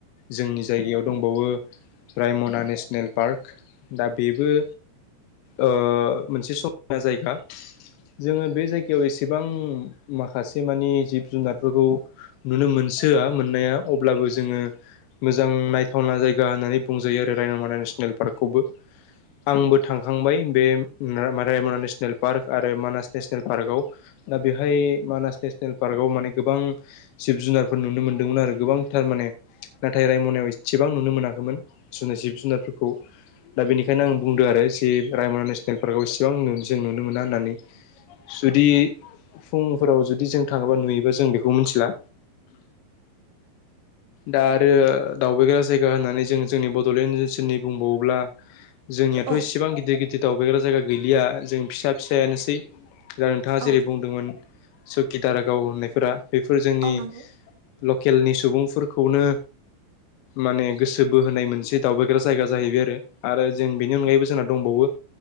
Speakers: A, on the left; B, on the right.
A: जोंनि जायगायाव दंबावो रायमना नेसनेल पार्क दा बेबो ओ मोनसे समायना जायगा। जोङो बे जायगायाव एसेबां माखासे मानि जिब जुनारफोरखौ नुनो मोनसोआ मोननाया अब्लाबो जोङो मोजां नायथावना जायगा होननानै बुंजायो आरो रायनमना नेसनेल पार्कखौबो आंबो थांखांबाय बे रामा रायमना नेसनेल पार्क आरो मानास नेसनेल पार्कआव। दा बेहाय मानास नेसनेल पार्कआव माने गोबां जिब जुनारफोर नुनो मोन्दोंमोन आरो गोबांथार माने नाथाय रायमनायाव एसेबां नुनो मोनाखैमोन जोङो जिब जुनारफोरखौ। दा बेनिखायनो आं बुंदों आरो जे रायमना नेसनेल पार्कआव इसेबां जों नुनो मोना होननानै। जुदि फुंफोराव जुदि जों थाङोबा नुयोबा जों बेखौ मिन्थिला। दा आरो दावबायग्रा जायगा होननानै जों जोंनि बड'लेण्ड ओनसोलनि बुंबावोब्ला जोंनियाथ'
B: औ
A: इसेबां गिदिर गिदिर दावबायग्रा जायगा गैलिया जों फिसा फिसायानोसै दा नोंथाङा जेरै
B: औ
A: बुंदोंमोन सकि दारागाव होननायफोरा बेफोर जोंनि
B: औ नंगौ
A: लकेलनि सुबुंफोरखौनो माने गोसो बोहोनाय मोनसे दावबायग्रा जायगा जाहैबाय आरो आरो जों बेनि अनगायैबो जोंहा दंबावो